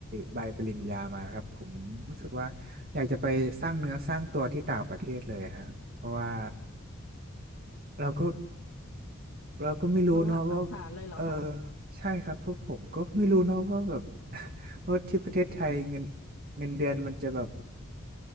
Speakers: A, on the right (about 45°); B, on the left (about 75°).
A: ใบปริญญามานะครับผมรู้สึกว่าอยากจะไปสร้างเนื้อสร้างตัวที่ต่างประเทศเลยฮะเพราะว่าเราก็เราก็ไม่รู้เนาะว่า
B: ลงหลักปักฐานเลยเหรอคะ
A: เออใช่ครับเพราะผมก็ไม่รู้เนาะว่าแบบ <laughs> ว่าที่ประเทศไทยเงินเงินเดือนมันจะแบบ